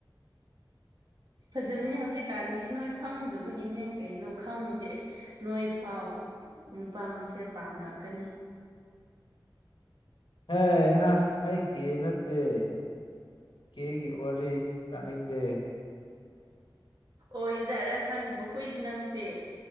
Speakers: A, on the right; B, on the left.
A: ꯐꯖꯕꯅꯦ ꯍꯧꯖꯤꯛꯀꯥꯟꯒꯤꯗꯤ ꯅꯣꯏ ꯈꯪꯗꯕꯒꯤꯅꯦ ꯀꯩꯅꯣ ꯈꯪꯉꯗꯤ ꯑꯩꯁ ꯅꯣꯏ ꯐꯥꯎ ꯅꯨꯄꯥ ꯃꯥꯁꯦꯜ ꯄꯥꯝꯔꯛꯀꯅꯤ
B: ꯍꯩꯍꯥ ꯑꯩꯒꯤ ꯅꯠꯇꯦ ꯀꯦꯒꯤ ꯋꯥꯔꯤ ꯇꯥꯅꯤꯡꯗꯦ
A: ꯑꯣꯖꯥꯔ ꯈꯟꯕ ꯈꯣꯏꯗꯤ ꯅꯪꯁꯦ